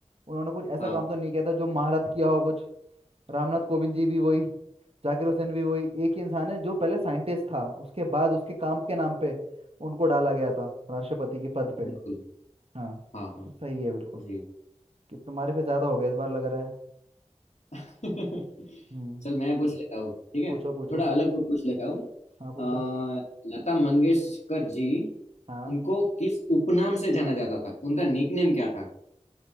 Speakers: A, on the right; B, on the left.
A: उन्होंने कुछ ऐसा
B: हाँ
A: काम तो नहीं किया था जो महारत किया हो कुछ रामनाथ कोविंद जी भी वही जाकिर हुसैन भी वही एक ही इंसान है जो पहले साइंटिस्ट था उसके बाद उसके काम के नाम पे उनको डाला गया था राष्ट्रपति के पद पे
B: बिल्कुल
A: हाँ
B: हाँ हाँ
A: तो सही है बिल्कुल
B: जी
A: कि तुम्हारे पे ज्यादा हो गया इस बार लग रहा है
B: <laughs>
A: हम्म
B: चल मैं पूछ लेता हूँ ठीक है
A: पूछो पूछो
B: थोड़ा अलग को पूछ लेता हूँ
A: हाँ पूछो
B: अ, लता मंगेशकर जी
A: हाँ
B: उनको किस उपनाम से जाना जाता था उनका निकनेम क्या था